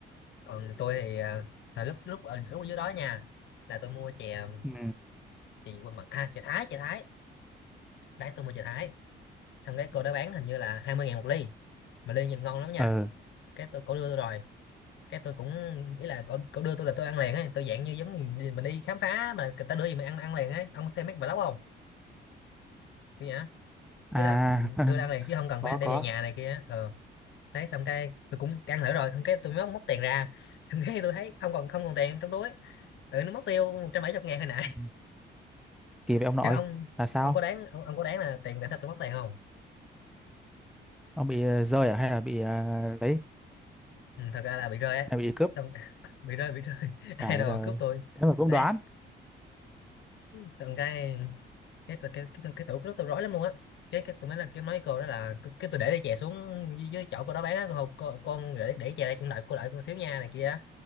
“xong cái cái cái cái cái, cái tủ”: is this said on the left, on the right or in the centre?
Left